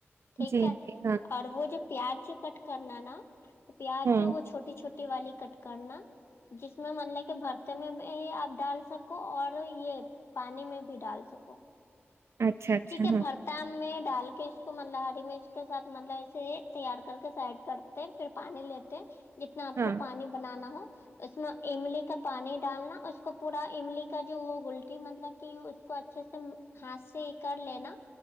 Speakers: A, on the left (about 65°); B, on the right (about 75°).
A: ٹھیک
B: جی
A: ہے
B: جی ہاں
A: اور وہ جو پیاز جو کٹ کرنا نا پیاز
B: ہاں
A: وہ چھو چھوٹی چھٹی والی کٹ کرنا جس میں من ل کہ بھر میں اپ ڈال سکو اور یہ پانی میں بھی ڈال سکو
B: اچھا اچھا
A: ٹھیک ہے بر
B: ہاں
A: بتام میں ڈال کے اس کو مطلب ہری مرچ کے ساتھ مطلب اسے تیار کر کے سائڈ کر پھر پانی لیتے ہیں جتنا اپ
B: ہاں
A: کو پانی بنانا ہو اس میں املی کا پانی ڈالنا اس کو پورا املی کا جو وہ گلٹی مطلب کہ اس اس کو اچھے سے ہاس کر لینا